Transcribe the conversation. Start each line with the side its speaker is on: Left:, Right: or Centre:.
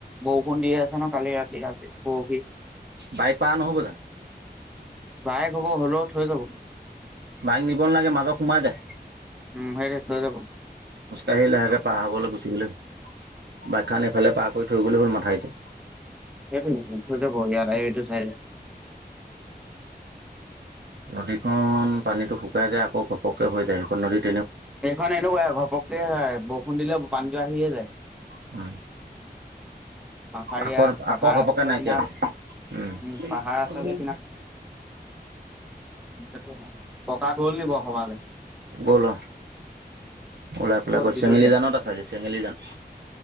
Centre: বৰষুণ দিয়ে আছে ন' কালি ৰাতি আজি পৰহি।
Right: বাইক পা নহ'ব জানো?
Centre: বাইক হব হলেও থৈ যাব।
Right: বাইক নিব নালাগে মাজত সোমাই যায়।
Centre: উম সেইটোৱে থৈ যাব
Right: খোজকাঢ়ি লাহেকে পাৰ হবলৈ গুচি গ'লে হল বাইক খান এইফালে পাৰ কৰি থৈ গ'লে হ'ল মাথাউৰিতে
Centre: সেইটো <unintelligible> থৈ যাব ইয়াত আহি এইটো চাইডে।
Right: নদীখন পানীটো শুকাই যায় আকৌ ঘপককে হৈ যায় সেইখন নদীত
Centre: এইখন এনেকুৱাই ঘপককে বৰষুণ দিলে পানীটো আহিয়ে যায়।
Right: হা
Centre: পাহাৰীয়া
Right: আকৌৰ -
Centre: পাহাৰ
Right: আকৌ ঘপককে
Centre: আছে যে
Right: নাইকিয়া
Centre: কিনাৰত
Right: হয়। উম-উম
Centre: উম পাহাৰ আছে যে উম, <unintelligible> ককা গ'ল নি বৰ সভালে?
Right: গ'ল অ, ওলাই পেলাই
Centre: ক'ত
Right: গৈছে
Centre: বিলতীয়া
Right: চেঙেলী জানত আছে আজি চেঙেলী জান।